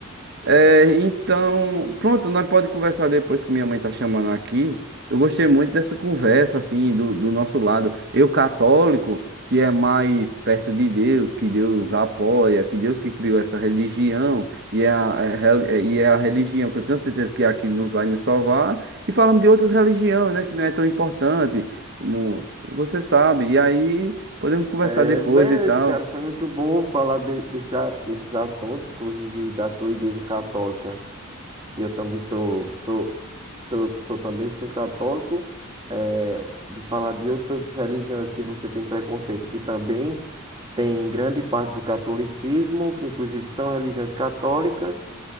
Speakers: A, on the right (about 50°); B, on the right (about 20°).
A: É, então, pronto, nós pode conversar depois que minha mãe tá chamando aqui. Eu gostei muito dessa conversa, assim, do, do nosso lado. Eu, católico, que é mais perto de Deus, que Deus apoia, que Deus que criou essa religião, e é a, é rel- é- e é a religião que eu tenho certeza que é a que nos vai nos salvar. E falamos de outras religiões, né, que não é tão importante, como você sabe. E aí podemos conversar
B: É,
A: depois
B: beleza,
A: e tal.
B: cara. Foi muito bom falar de- desse a- desses assuntos, inclusive da sua igreja católica. que eu também sou, sou, sou, sou também sou católico, eh, de falar de outras religiões que você tem preconceito, que também tem grande parte do catolicismo, que inclusive são religiões católicas,